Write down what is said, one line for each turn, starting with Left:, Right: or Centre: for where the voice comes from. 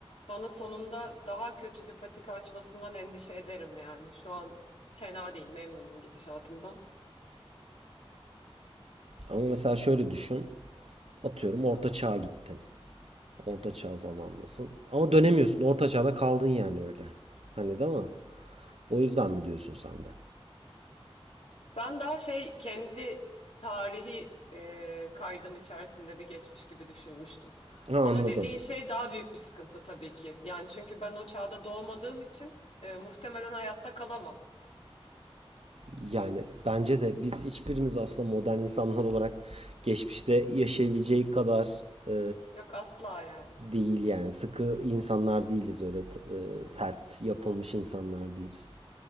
Left: Bana sonunda daha kötü bir patika açmasından endişe ederim yani. Şu an fena değil, memnunum gidişatımdan.
Right: Ama mesela şöyle düşün. Atıyorum orta çağa gittin. Orta çağ zamanındasın. Ama dönemiyorsun. Orta çağda kaldın yani öyle. Hani değil mi? O yüzden mi diyorsun sen de?
Left: Ben daha şey kendi tarihi e, kaydım içerisinde bir geçmiş gibi düşünmüştüm.
Right: Ha, anladım.
Left: Ama dediğin şey daha büyük bir sıkıntı tabii ki. Yani çünkü ben o çağda doğmadığım için e, muhtemelen hayatta kalamam.
Right: Yani bence de biz hiçbirimiz aslında modern insanlar olarak geçmişte yaşayabileceği kadar e,
Left: Yok asla yani.
Right: değil yani sıkı insanlar değiliz öyle t- e, sert yapılmış insanlar değiliz.